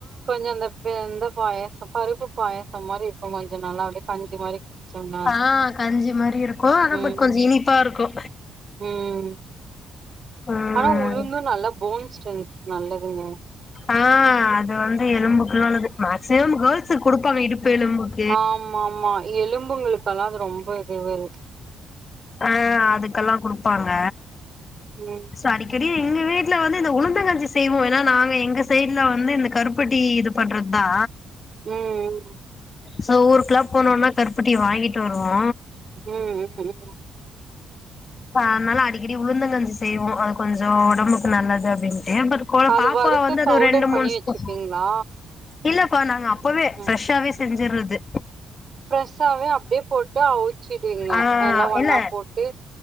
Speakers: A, on the right; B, on the left.
A: கொஞ்சோ அந்த இந்த பாயாசோ பருப்பு பாயசம் மாரி இருக்கு கொஞ்சோ நல்லாவே கஞ்சி மாரி குடிச்சோம்னா அது
B: ஆ கஞ்சி மாரி இருக்கு ஆனா
A: ம்
B: பட் கொஞ்சோ இனிப்பா இருக்கு
A: ம்
B: ம்
A: ஆனா உளுந்து நல்லா போன் ஸ்டென்த்துக்கு நல்லதுங்க
B: ஆ அது வந்து எலும்புக்கு நல்லது மேக்சிமம் கேர்ள்ஸுக்கு குடுப்பாங்க இடுப்பு எலும்புக்கு
A: ஆமாம்மா எலும்புங்களுக்கெல்லா அது ரொம்ப இதுவது
B: ஆ அதுக்கெல்லா குடுப்பாங்க
A: ம்
B: அடிக்கடி எங்க வீட்ல வந்து இந்த உளுந்தங்கச்சி செய்வோ ஏனா நாங்க எங்க சைட்ல வந்து இந்த கருப்பட்டி இது பண்றது தா
A: ம் ம்
B: சோ ஊருக்குலா போனோன்னா கருப்பட்டிய வாங்கிட்டு வருவோ
A: ம் ம் ம்
B: ப அதனால அடிக்கடி உளுந்துங்கஞ்சி செய்வோம் அது கொஞ்சம் உடம்புக்கு நல்லது அப்டின்ட்டு கோல
A: அது
B: பாப்பாவ
A: வறுத்து
B: வந்து அது
A: பவுடர்
B: ஒரு ரெண்டு,
A: பண்ணி
B: மூணு
A: வச்சுப்பீங்களா
B: ஸ்பூன் இல்லப்பா நாங்க அப்பவே
A: ம்
B: ஃப்ரெஷ்ஷாவே செஞ்சடுறது
A: ஃப்ரெஷ்ஷாவே அப்டியே போட்டு அவிச்சிடுவிங்க
B: ஆ
A: எல்லாம் ஒன்னா
B: இல்ல
A: போட்டு